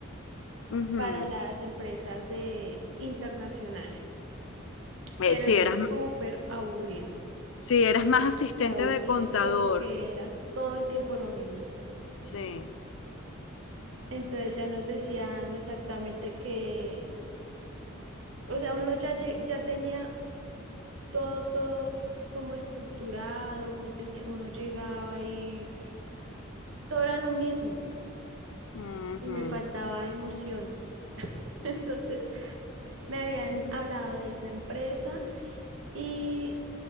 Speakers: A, on the left; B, on the right.
A: Ujú.
B: para las empresas de internacionales.
A: Eh,
B: Pero
A: sí,
B: era
A: eras,
B: súper aburrido,
A: sí, eras más asistente
B: súper aburrido
A: de contador,
B: porque era todo el tiempo lo mismo.
A: sí.
B: Entonces ya nos decían exactamente que, o sea, uno ya, lle- ya tenía todo, todo como estructurado, uno tenía, uno llegaba y todo era lo mismo
A: Ujú.
B: y me faltaba emoción. <laughs> Entonces me habían hablado de esa empresa y